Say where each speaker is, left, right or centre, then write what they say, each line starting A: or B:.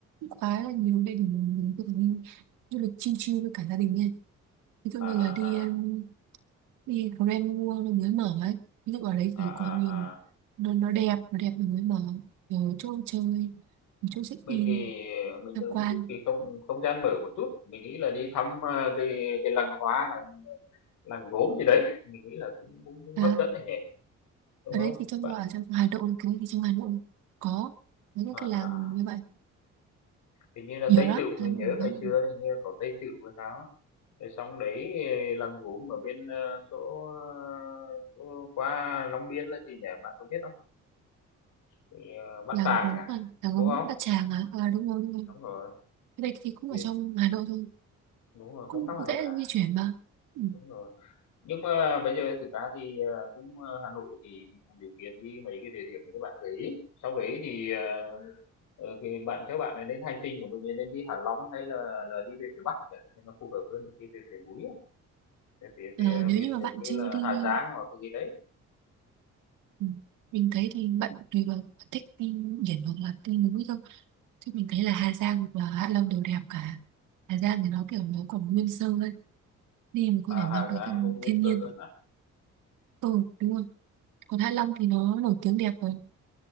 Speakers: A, on the right; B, on the left.
A: khá là nhiều địa điểm mình có thể đi du lịch chill chill với cả gia đình nha ví dụ
B: à,
A: như
B: à,
A: là đi em,
B: à,
A: đi Grand World nó mới mở ấy ví dụ ở đấy
B: à,
A: thì
B: à,
A: có nhiều
B: à.
A: nó nó đẹp nó đẹp nó mới mở rồi chỗ chơi chỗ check
B: Mình
A: in
B: thì, ờ, mình
A: tham
B: cũng
A: quan
B: thích cái không không gian mở một chút, mình nghĩ là đi thăm, a, cái cái làng hoa, làng làng gốm gì đấy, mình nghĩ là cũng cũng cũng
A: à,
B: hấp dẫn này nhỉ, đúng
A: ở
B: không?
A: đấy thì trong
B: Bạn
A: ở trong Hà Nội cái đấy thì trong Hà Nội có những
B: à,
A: cái
B: à,
A: làng như vậy
B: hình như là
A: nhiều
B: Tây
A: lắm
B: Tựu,
A: Hà
B: mình
A: Nội
B: nhớ
A: làng
B: ngày xưa là hình như là có Tây Tựu với tháo á, rồi xong đấy eh, làng gốm ở bên, ơ, chỗ, ơ, chỗ qua Long Biên là gì nhỉ, bạn có biết không? Cái, ờ, Bát
A: làng
B: Tràng
A: gốm
B: à,
A: à làng
B: đúng
A: gốm
B: không?
A: Bát Tràng à, à đúng rồi đúng rồi
B: Đúng rồi,
A: cái đây thì cũng
B: thì
A: ở trong Hà Nội thôi
B: đúng rồi,
A: cũng
B: cũng trong Hà
A: dễ
B: Nội à?
A: di chuyển mà ừ.
B: Đúng rồi. Nhưng mà bây giờ thực ra thì, ờ, cũng, ờ, Hà Nội thì mình cũng dự kiến đi mấy cái địa điểm như bạn gợi ý. Sau đấy thì, ờ, ờ, thì bạn theo bạn này nên hành trình của mình là nên đi Hạ Long hay là là đi về phía Bắc nhỉ? Thì nó phù hợp hơn đi về phía núi à, về phía phía
A: Ờ, nếu
B: miền
A: như mà
B: giống
A: bạn
B: như
A: chưa
B: là
A: đi
B: Hà Giang hoặc cái gì đấy.
A: ừ. mình thấy thì bạn tùy vào bạn thích đi biển hoặc là đi núi thôi chứ mình thấy là Hà Giang và Hạ Long đều đẹp cả Hà Giang thì nó kiểu nó còn nguyên sơ ấy đi mình có
B: À,
A: thể ngắm
B: Hà
A: được
B: Giang
A: thiên,
B: cũng nguyên
A: thiên
B: cơ
A: nhiên
B: hơn à.
A: ừ đúng rồi còn Hạ Long thì nó nổi tiếng đẹp rồi